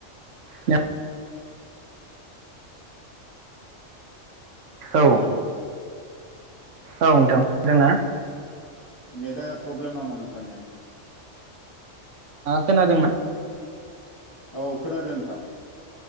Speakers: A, on the right; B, on the left.
A: द <unintelligible> औ
B: हेल'!
A: औ नोंथां
B: नेटा प्रब्लेम नामा नोंथांनिया?
A: खोनादोंना?
B: औ खोनादों नोंथां।